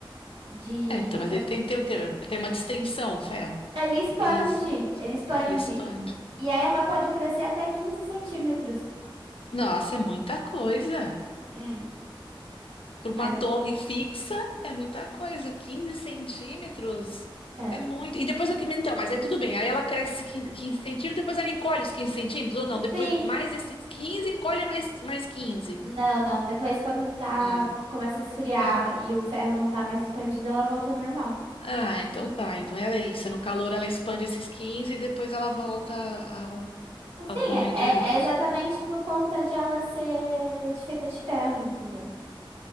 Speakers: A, on the right (about 80°); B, on the left (about 85°).
A: De,
B: É, então,
A: de
B: mas
A: coi-
B: ele tem que ter um- tem uma distensão, o ferro.
A: Ele expande,
B: É isso.
A: ele expande.
B: Ele expande.
A: E aí ela pode crescer até 15 centímetros.
B: Nossa, é muita coisa.
A: Hum,
B: Por
A: mas,
B: uma torre fixa, é muita coisa. quinze centímetros
A: é.
B: é muito. E depois o que. Então, mas aí tudo bem. Aí ela cresce quin- 15 centímetros, depois ela encolhe os 15 centímetros, ou não? Depois
A: Sim,
B: mais esses 15 encolhe mais, mais quinze
A: não, não. Depois, quando tá,
B: Ah,
A: começa a esfriar
B: en-
A: e o ferro não tá mais expandido, ela volta ao normal.
B: ah, então tá. Então é isso. É No calor ela expande esses 15 e depois ela volta ao,
A: Assim,
B: ao tamanho
A: é,
B: de origem.
A: é é exatamente por conta de ela ser de feita de ferro, entendeu?